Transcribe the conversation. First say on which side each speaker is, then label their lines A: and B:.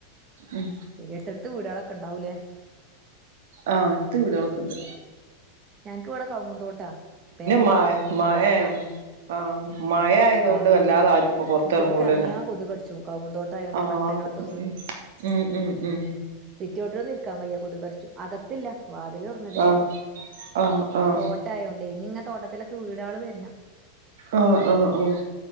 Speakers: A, on the right; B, on the right.
A: ഉം
B: എട്ത്ത് എട്ത്ത് വീടുകളൊക്കെണ്ടാവു ലേ
A: ആഹ് എടുത്ത് വീടുകളൊക്കെ ഇണ്ട്
B: ഞങ്ങക്ക് ഇവിടെ കൗങ്ങും തോട്ടാ ബേക്ക്
A: മ
B: ഭാഗവും മുന്ന്
A: മഴ
B: ഭാഗവും ഒക്കെ
A: ആഹ് മഴ ആയതുകൊണ്ട്
B: കൗങ്ങിന്റെ
A: വല്ലാതെ ആരും ഇപ്പൊ പുറത്തിറങ്ങൂലല്ലോ
B: മുറ്റത്ത് എറങ്ങിയാ കൊതുക് കടിച്ചും കൗങ്ങും തോട്ടം ആയോണ്ട്
A: ആഹ്
B: ഈ പട്ടക്കെ ഒക്കെവീണ്
A: ഉം ഉം ഉം
B: സിറ്റി ഔട്ടില് ഒന്നും ഇരിക്കാം വയ്യ കൊതക് കടിച്ചും അകത്തില്ല വാതില് തൊറന്ന്ടല്ഇല്ല
A: ആഹ് ആഹ് ആഹ്
B: തോട്ടയോണ്ട് ഇനി ഇങ്ങനെ തോട്ടത്തിലൊക്കെ വീടേള് വരണം
A: ആഹ് ആഹ് ആഹ്